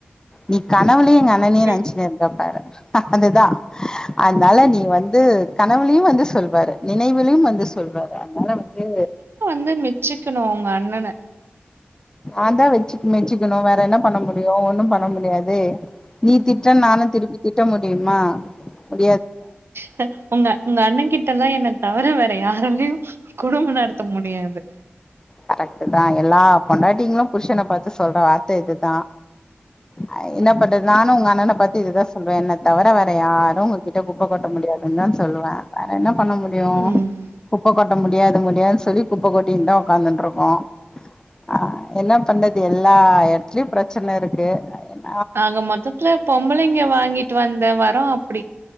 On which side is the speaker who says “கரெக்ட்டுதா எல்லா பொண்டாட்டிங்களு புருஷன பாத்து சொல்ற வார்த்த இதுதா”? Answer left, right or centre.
Left